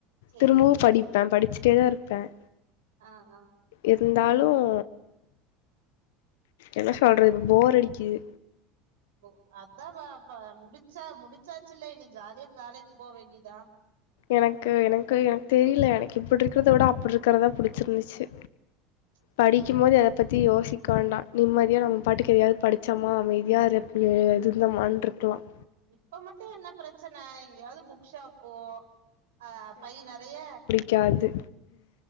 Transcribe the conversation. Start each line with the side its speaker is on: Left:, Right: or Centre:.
Right: சேரி
Left: திரும்பவும் படிப் நான் படிச்சிட்டே தான் இருப்பேன்
Right: ஆ ஆ
Left: இருந்தாலும் என்ன சொல்கறது இப்போ போர் அடிக்கிது
Right: ஒ அதா ப முடிஞ்ச்சா முடிச்சாச்சுல்ல இனி ஜாலிய காலேஜ்க் போ வேண்டியதா
Left: எனக்கு எனக்கு எனக் தெரியில எனக்கு இப்ப இருக்ர்த விட அப்ப இருக்கற்தா புடிச்சிருந்ச்சு
Right: <inaudible>
Left: படிக்கும் போது எத பத்தி யோசிக்க வேண்டாம் நிம்மதியாக நம்ம பாட்டுக்கு எதையாது படிச்சமா அமைதியா அத இருந்தாமான்ட்ருக்கலாம்
Right: இப்ப மட்டும் என்ன பிரச்சன எங்கயாது புக் ஷாப்போ அ பை நறைய
Left: க்யாது